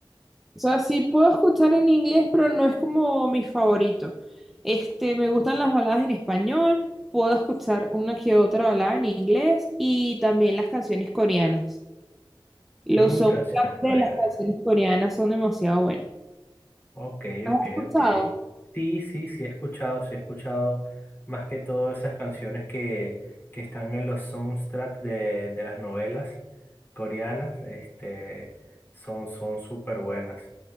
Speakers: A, in the centre; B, on the left.
A: O sea, sí puedo escuchar en inglés, pero no es como mi favorito. Este, me gustan las baladas en español, puedo escuchar una que otra balada en inglés y también las canciones coreanas. Los
B: Mm,
A: soundtracks
B: canciones coreanas.
A: de las canciones coreanas son demasiado buenos.
B: Ok,
A: ¿Has
B: ok,
A: escuchado?
B: ok. Sí, sí, sí he escuchado, sí he escuchado más que todo esas canciones que, que están en los soundtracks de, de las novelas coreanas, este, son son súper buenas.